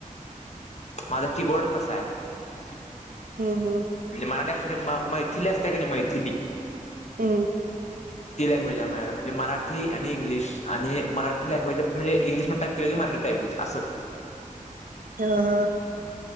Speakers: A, on the left (about 55°); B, on the right (about 85°).
A: माझा कीबोर्ड तसा आहे.
B: हम्म हम्म
A: म्हणजे मराठी अस म मैथिली असते का नाही मैथिली.
B: हम्म
A: ती लँग्वेज आहे मझड म्हणजे मराठी आणि इंग्लिश आणि मराठी लँग्वेज म्हणजे इंग्लिश म टाईप केलं की मराठी टाईप होते अस..
B: हा हा